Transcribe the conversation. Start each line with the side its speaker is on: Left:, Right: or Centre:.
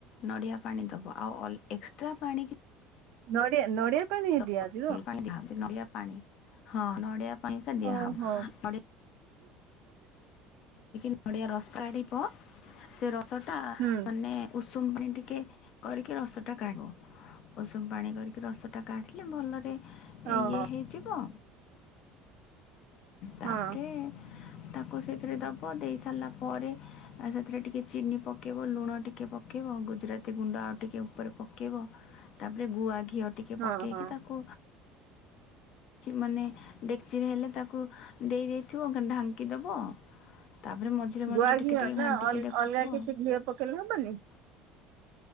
Left: ନଡ଼ିଆ ପାଣି ଦେବ ଆଉ ଏକ୍ସଟ୍ରା ପାଣି କି
Right: ନଡିଆ ନଡିଆ ପାଣି
Left: <unintelligible>
Right: ଦିଆଯିବ
Left: ନଡିଆ ପାଣି ହଁ ନଡିଆ <unintelligible> ଦିଆହବ
Right: ଓହୋ
Left: ନଡି ନଡ଼ିଆ ରସ ଆଡିବ ସେ ରସ ଟା
Right: ହୁଁ
Left: ମାନେ ଉଷୁମ ପାଣି ଟିକେ କରିକି ରସଟା କାଢ଼ୁ ଉଷୁମ ପାଣି କରିକି ରସଟା କାଢ଼ିଲେ ଭଲରେ
Right: ଓହୋ
Left: ଇଏ ହେଇଯିବ ତାପରେ
Right: ହଁ
Left: ତାକୁ ସେଥିରେ ଦବ ଦେଇ ସାରିଲା ପରେ ସେଥିରେ ଟିକେ ଚିନି ପକେଇବ ଲୁଣ ଟିକେ ପକେଇ ବ ଗୁଜୁରାତି ଗୁଣ୍ଡ ଆଉ ଟିକ ଉପରେ ପକେଇବ ତାପରେ ଗୁଆଘି ଘିଅ ଟିକେ
Right: ହଁ
Left: ପକେଇକି
Right: ହଁ
Left: ତାକୁ ମାନେ ଡେକ୍ଚିରେ ହେଲେ ତାକୁ ଦେଇ ଦେଇେଇଥିବ ଢାଙ୍କି ଦେବ। ତାପରେ ମଝିରେ ମଝିରେ
Right: ଗୁଆ
Left: ଟିକେ
Right: ଘିଅ
Left: ଟିକେ
Right: ନା
Left: ଘାଣ୍ଟିକି
Right: ଅଲ-
Left: ଦେଖୁଥିବ
Right: ଅଲଗା କିଛି
Left: ଆଉ।
Right: ଘିଅ ପକେଇଲେ ହବନି